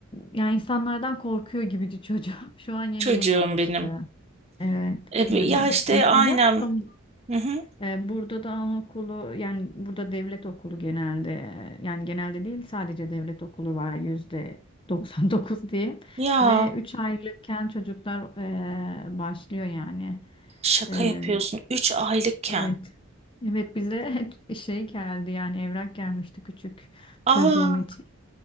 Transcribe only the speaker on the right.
çocuğum
benim.
E,
ya işte
aynen.
Hı hı.
Ya
şaka
yapıyorsun. Üç aylıkken.
Aa,